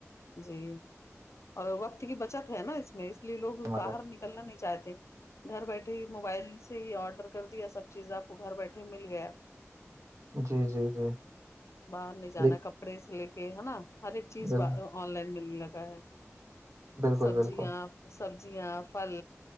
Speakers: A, on the left; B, on the right.
A: جی اور وقت کی بچت ہے نا اس میں اس لیے لوگ
B: مگر
A: باہر نکل کرنا نہیں چاہتے گھر بیٹھے ہی موبائل سے ہی آڈر کر دیا سب چیز آپ کو گھر بیٹھے مل گیا
B: جی جی جی
A: باہر نہیں جانا
B: لیک-
A: کپڑے سے لے کے ہے نا ہر ایک چیز
B: بل-
A: ب آن لائن ملنے لگا ہے
B: بالکل
A: سبزیاں
B: بالکل
A: سبزیاں پل